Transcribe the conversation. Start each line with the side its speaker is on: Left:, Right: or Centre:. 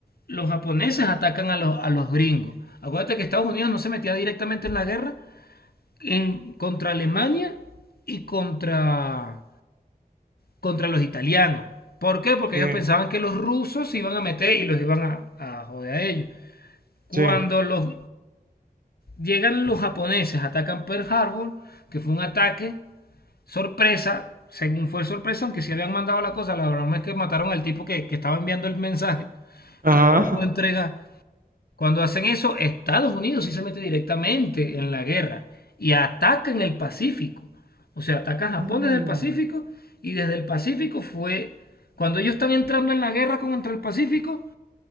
Left: los japoneses atacan a los, a los gringos. Acuérdate que Estados Unidos no se metía directamente en la guerra en, contra Alemania y contra, contra los italianos. ¿Por qué? Porque
Right: Sí,
Left: ellos pensaban que los rusos se iban a meter y los iban a, a joder a ellos. Cuando
Right: sí.
Left: los, llegan los japoneses, atacan Pearl Harbor, que fue un ataque sorpresa, según fue sorpresa, aunque sí habían mandado la cosa, la broma es que mataron al tipo que, que estaba enviando el mensaje,
Right: Ajá.
Left: entonces no lo pudo entregar. Cuando hacen eso, Estados Unidos sí se mete directamente en la guerra y ataca en el Pacífico. O sea, ataca a Japón
Right: Mm.
Left: desde el Pacífico y desde el Pacífico fue... Cuando ellos están entrando en la guerra contra el Pacífico,